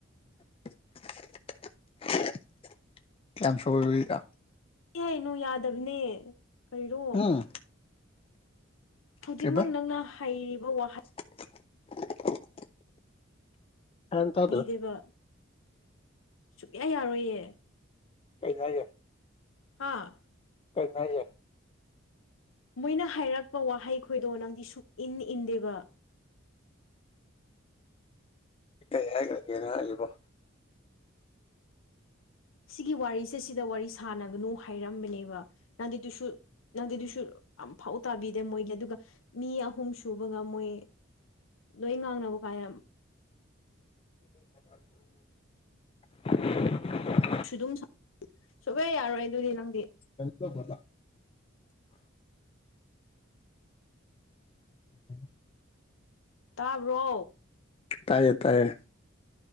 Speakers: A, on the left; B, on the left.
A: <unintelligible> ꯀꯌꯥꯝ ꯁꯣꯢꯔꯨꯅꯣ
B: ꯑꯦ ꯅꯣ ꯌꯥꯗꯝꯅꯦ <unintelligible>
A: ꯎꯝ
B: ꯍꯧꯖꯤꯛꯃꯛ
A: ꯀꯩꯕ
B: ꯅꯪꯅ ꯍꯩꯔꯤꯕ ꯋꯥꯍꯩ
A: <inaudible> ꯒ꯭ꯌꯥꯟ ꯇꯥꯗ꯭ꯔꯦ
B: ꯄꯤꯗ꯭ꯔꯤꯕ ꯁꯨꯛꯌꯥ ꯌꯥꯔꯣꯏꯌꯦ
A: ꯀꯩꯅꯣ ꯍꯥꯢꯁꯦ
B: ꯍꯥꯥ
A: <unintelligible>
B: ꯃꯣꯏꯅ ꯍꯥꯏꯔꯛꯄ ꯋꯥꯍꯩ ꯈꯣꯏꯗꯣ ꯅꯪꯗꯤ ꯁꯨꯛ ꯏꯟ ꯏꯟꯗꯦꯕ
A: ꯀꯩ ꯍꯥꯏꯈ꯭ꯔꯒꯦꯅꯦ ꯑꯩꯕꯣ
B: ꯁꯤꯒꯤ ꯋꯥꯔꯤꯁꯦ ꯁꯤꯗ ꯋꯥꯔꯤ ꯁꯥꯟꯅꯒꯅꯨ ꯍꯥꯏꯔꯝꯕꯅꯦꯕ ꯅꯪꯗꯤ ꯗꯨꯁꯨ ꯅꯪꯗꯤ ꯗꯨꯁꯨ ꯑꯝꯐꯧ ꯇꯥꯕꯤꯗꯦ ꯃꯣꯏꯒꯤ ꯑꯗꯨꯒ ꯃꯤ ꯑꯍꯨꯝ ꯁꯨꯕꯒ ꯃꯣꯏ ꯂꯣꯏ ꯉꯥꯡꯅꯕ ꯀꯥꯌꯝ
A: <inaudible>
B: <unintelligible> ꯁꯨꯞꯌꯥ ꯌꯥꯔꯣꯏ ꯑꯗꯨꯗꯤ ꯅꯪꯗꯤ
A: <unintelligible> <inaudible>
B: ꯇꯥꯕ꯭ꯔꯣ
A: ꯇꯥꯏꯌꯦ ꯇꯥꯢꯌꯦ